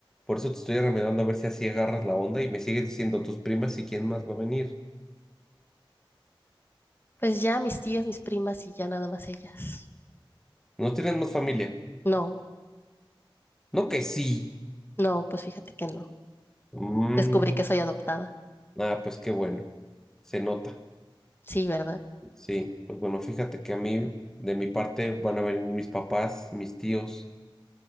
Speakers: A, in the centre; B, on the left.
A: Por eso te estoy remedando a ver si así agarras la onda y me sigues diciendo tus primas y quién más va a venir.
B: Pues ya mis tías, mis primas y ya nada más ellas.
A: ¿No tienes más familia?
B: No,
A: No que sí.
B: no, pues fíjate que no.
A: Mm.
B: Descubrí que soy adoptada.
A: Ah, pues qué bueno, se nota,
B: Sí, ¿verdad?
A: sí. Pues bueno, fíjate que a mí, de mi parte, van a venir mis papás, mis tíos,